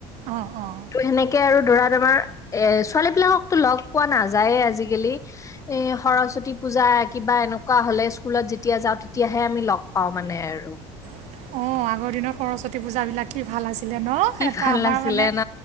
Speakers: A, on the right; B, on the left.
A: অ'। <unintelligible>
B: ত' সেনেকে আৰু ধৰা তোমাৰ এ ছোৱালী বিলাককতো লগ পোৱা নাযায়ে আজিকালি এ। সৰস্বতী পূজা কিবা এনেকুৱা হলে স্কুলত যেতিয়া যাওঁ তেতিয়াহে আমি লগ পাওঁ মানে আৰু।
A: অ আগৰ দিনৰ খৰচত। পূজা বিলাকে ভাল আছিলে ন
B: কি
A: এটা
B: ভাল
A: আমাৰ
B: আছিলে
A: মানে
B: ন